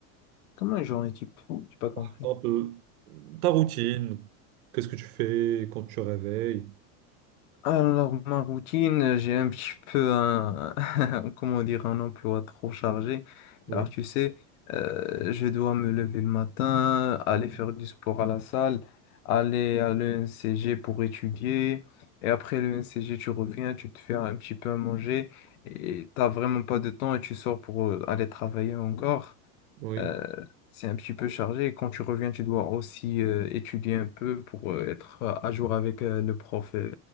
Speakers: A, on the left; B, on the right.
A: Comment j'en équipe? J'ai pas compris.
B: Par exemple, euh, ta routine, qu'est-ce que tu fais quand tu te réveilles?
A: Alors, ma routine, j'ai un petit peu un, <laughs> comment dire, un emploi trop chargé.
B: Oui,
A: Alors, tu sais, euh, je dois me lever le matin, aller
B: oui,
A: faire du sport à la salle, aller à l'ENCG pour étudier. Et après l'ENCG, tu reviens, tu te fais un petit peu à manger et t'as vraiment pas de temps et tu sors pour euh, aller travailler encore.
B: oui,
A: Euh, c'est un petit peu chargé. Et quand tu reviens, tu dois aussi euh, étudier un peu pour euh, être euh, à jour avec euh, le prof et,